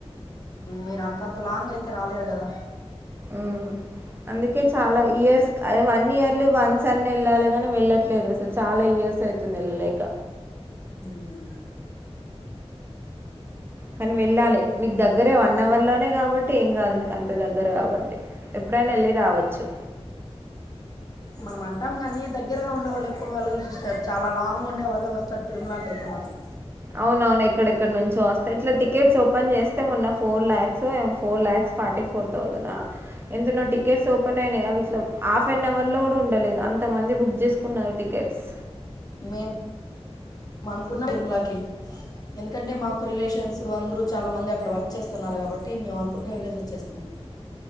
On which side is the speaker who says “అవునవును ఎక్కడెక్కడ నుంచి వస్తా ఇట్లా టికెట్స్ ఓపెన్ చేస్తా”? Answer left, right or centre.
Right